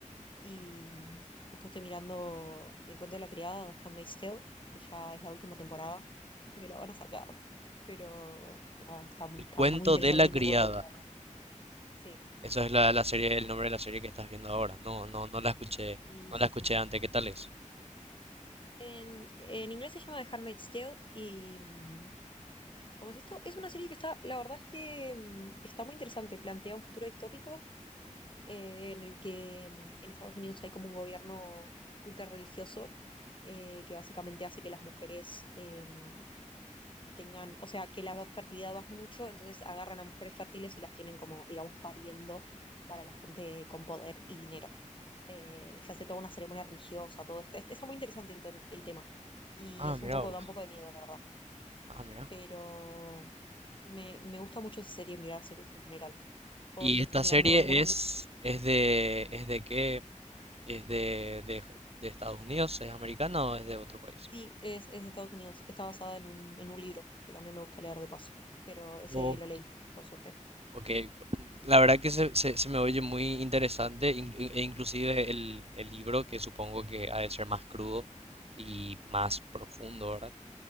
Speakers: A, on the left; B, on the right.
A: Y mm, justo estoy mirando El cuento de la criada, o Handmaid's Tale, que ya es la última temporada. <laughs> Me la van a sacar. Pero nada, está,
B: El
A: está
B: cuento
A: muy interesante
B: de la
A: y
B: criada.
A: no puedo dejar de verla. Sí,
B: Eso es la, la serie, el nombre de la serie que estás viendo ahora. No, no, no la escuché,
A: sí,
B: no
A: sí,
B: la escuché
A: sí.
B: antes. ¿Qué tal es?
A: En, en inglés se llama The Handmaid's Tale y mm, como es esto es una serie que está, la verdad es que mm, está muy interesante, plantea un futuro distópico eh, en el que mm, en Estados Unidos hay como un gobierno ultra religioso eh, que básicamente hace que las mujeres em, tengan, o sea, que la fertilidad baje mucho, entonces agarran a mujeres fértiles y las tienen como, digamos, pariendo para la gente con poder y dinero. Eh, se hace toda una ceremonia religiosa, todo esto. Este, está muy interesante el, tem- el tema y
B: Ah,
A: es
B: mira.
A: un poco,
B: vos.
A: da un poco de miedo, la verdad.
B: Ah, mira.
A: Pero me, me gusta mucho esa serie, mirar series en general. ¿Vos
B: Y
A: estás
B: esta
A: mirando
B: serie
A: alguna?
B: es, es de, es de qué, es de, de, de Estados Unidos, es americana o es de otro país.
A: Sí, es, es de Estados Unidos. Está basada en un, en un libro que también me gusta leer de paso, pero ese
B: O-
A: lo leí, por suerte.
B: ok, la verdad que se, se- se me oye muy interesante in- e inclusive el, el libro que supongo que ha de ser más crudo y más profundo, ¿verdad?